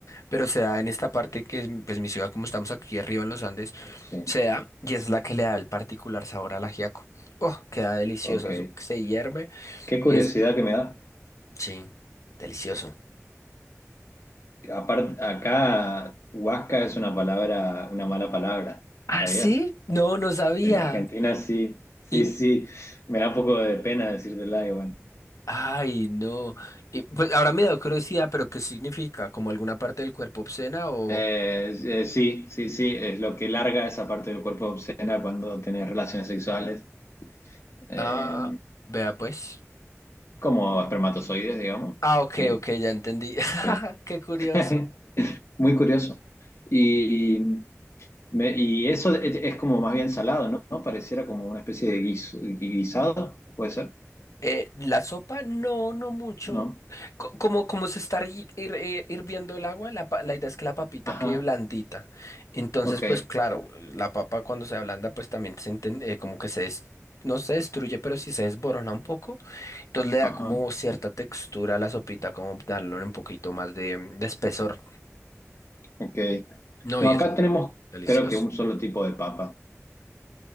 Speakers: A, on the left (about 75°); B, on the left (about 55°).
A: pero se da en esta parte que es pues, mi ciudad, como estamos aquí arriba en los Andes,
B: Sí,
A: se da y es la que le da el particular sabor al ajiaco. Oh, queda delicioso,
B: ok.
A: eso que se hierve
B: Qué curiosidad
A: y es...
B: que me da.
A: Sí, delicioso.
B: Aparte, acá, Huasca es una palabra, una mala palabra,
A: ¿Ah,
B: ¿sabías?
A: sí? No, no sabía.
B: En Argentina sí, sí,
A: Y,
B: sí. Me da un poco de pena decirte algo, bueno.
A: ay, no. Y, pues ahora me da curiosidad, pero ¿qué significa? ¿Como alguna parte del cuerpo obscena o...?
B: Eh, eh, sí, sí, sí, es lo que larga esa parte del cuerpo obscena cuando tenés relaciones sexuales, eh,
A: Ah, vea pues.
B: como espermatozoides, digamos.
A: Ah, ok,
B: Sí,
A: ok, ya entendí. <laughs>
B: ok.
A: Qué curioso.
B: <laughs> Muy curioso. Y, me- y eso es, es como más bien salado, ¿no? ¿No? Pareciera como una especie de guiso- guisado, puede ser,
A: Eh, la sopa, no, no mucho.
B: ¿no?
A: Co- como, como se está hi- hir- eh, hirviendo el agua, la, pa- la idea es que la papita
B: Ajá,
A: quede blandita. Entonces,
B: ok,
A: pues claro, la papa cuando se ablanda, pues también se enten- eh, como que se des- no se destruye, pero sí se desborona un poco. Entonces le da
B: ajá,
A: como cierta textura a la sopita, como darle un poquito más de, de espesor.
B: ok.
A: No,
B: No,
A: y
B: acá
A: eso,
B: tenemos
A: delicioso.
B: creo que un solo tipo de papa.